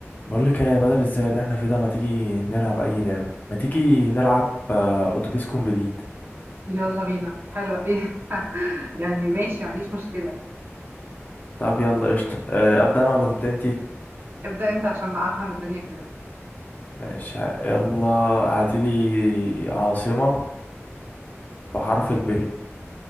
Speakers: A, on the left; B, on the right.
A: بقول لك إيه يا بدر ازاي اللي احنا فيه ده ما تيجي نلعب اي لعبه ما تيجي نلعب آه، اتوبيس كومبليت
B: يلا بينا حلوة ايه <laughs> يعني ماشي ما عنديش مشكلة
A: طب يلا قشطه آه، ابدا انا ولا تبدا انتي
B: ابدأ انت عشان افهم الدنيا كده
A: ماشي يلا اعتلي عاصمه بحرف الب